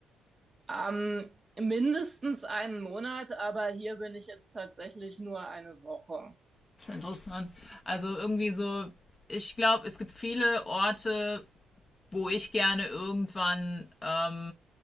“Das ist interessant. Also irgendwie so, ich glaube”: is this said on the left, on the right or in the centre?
Left